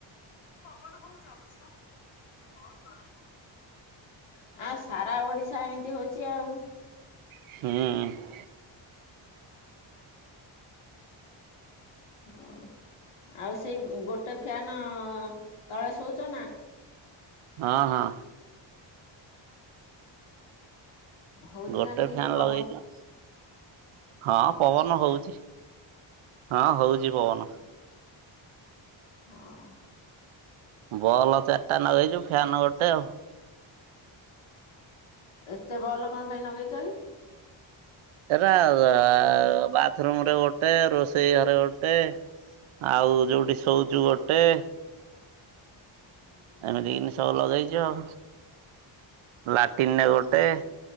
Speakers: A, on the left; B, on the right.
A: ପବନ ହଉଚି ଅବଶ୍ୟ ଅଁ ବହୁତୁ ଆଁ ସାରା ଓଡିଶା ଏମିତି ହଉଚି ଆଉ।
B: ହୁଁ।
A: ହଉ ଆଉ ସେଇ ଉଁ ଗୋଟେ ଫ୍ୟାନ ତଳେ ଶୋଉଚ ନା।
B: ହଁ ହଁ।
A: ହଉଛି
B: ଗୋଟେ
A: ନା ଠିକ
B: ଫ୍ୟାନ୍
A: ପବନ
B: ଲଗେଇଚି ଅ ହଁ ପବନ ହଉଚି। ହଁ ହଉଚି ପବନ।
A: ହଁ।
B: ଭଲ ଚାରଟା ନଗେଇଚୁ ଫ୍ୟାନ ଗୋଟେ ଆଉ।
A: ଏତେ ବଲ କଁ ପାଇଁ ନଗେଇଚ କି?
B: ଏରା ଆ ବାଥରୁମରେ ଗୋଟେ ରୋଷେଇ ଘରେ ଗୋଟେ। ଆଉ ଯୋଉଠି ଶୋଉଚୁ ଗୋଟେ।
A: <inaudible>
B: ଏମିତି କିନି ସବୁ ଲଗେଇଛି ଆଉ ଲାଟିନରେ ଗୋଟେ